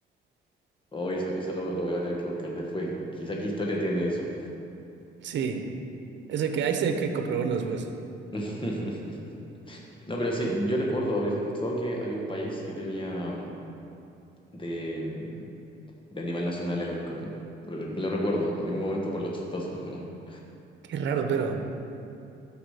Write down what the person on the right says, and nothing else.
sí. Ese que hay que comprobarlo después.
Qué raro, pero